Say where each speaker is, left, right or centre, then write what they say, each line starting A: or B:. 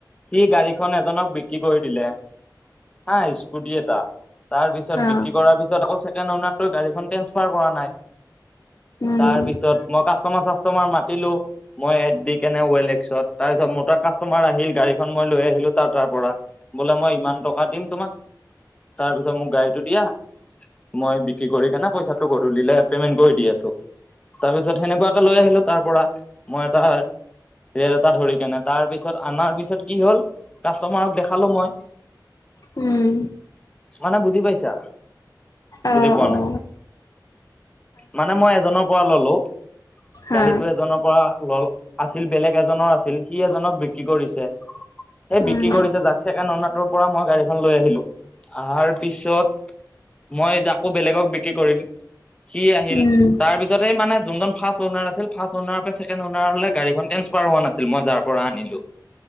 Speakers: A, on the left (about 15°); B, on the left (about 50°).
A: সি গাড়ীখনন এজনক বিক্ৰী কৰি দিলে। হা স্কুটি এটা তাৰ পিছত
B: হা
A: বিক্ৰী কৰাৰ পিছত আকৌ চে। ছেকেণ্ড গাডী ট্ৰাৰ কৰা নাই
B: উম
A: তাৰপিছত মই। কাষ্টৰ চাস্তমাৰ মাতিলো মই আপ দি কেনে ঔ এল এক্সত তাৰপাছত মোৰ তাত কাষ্টমাৰ আহিল গাড়ীখন মই। লৈ আহিলো তাৰ তাৰ পৰা। বোলে মই ইমান টকা দিম তোমাক, তাৰপিছত মোক গাড়ীটো দিয়া। মই বিক্ৰী কৰি কেনে পইচাটো গধূলিলে পেমেন্ট কৰি দি আছো তাৰপিছত। পিছত সেনেকুৱাকে লৈ আহিলো তাৰ পৰা মই এটা। ৰেট এটা ধৰি কেনে তাৰ পিছত অনাৰ পিছত কি হল কাষ্টমাৰক দেখালো মই।
B: উম।
A: মানে বুজি পাইছা।
B: আহ
A: বুজি পোৱা
B: আহ।
A: নাই মানে মই এজনৰ পৰা ললো,
B: হা
A: গাড়ীটো এজনৰ পৰা। লল আছিল বেলেগ এজনৰ আছিল সি এজনক বিক্ৰী কৰিছে। এই
B: উম
A: বিক্ৰী কৰিছে যাক ছেকেণ্ড। অনাৰটোৰ পৰা মই গাড়ীখন লৈ আহিলো অহাৰ পিছত। মই যাকো বেলেগক বিক্ৰী কৰিম সি আহিল
B: উম
A: তাৰ পিছতে মানে। যোনজন ফাৰ্ষ্ট ওৱনেৰ আছিল, ফাৰ্ষ্ট ওৱনাৰ পৰা ছেকেণ্ড ওৱনাৰলৈ গাড়ীখন ট্ৰেঞ্চফাৰ হোৱা নাছিল মই যাৰ পৰা আনিলো।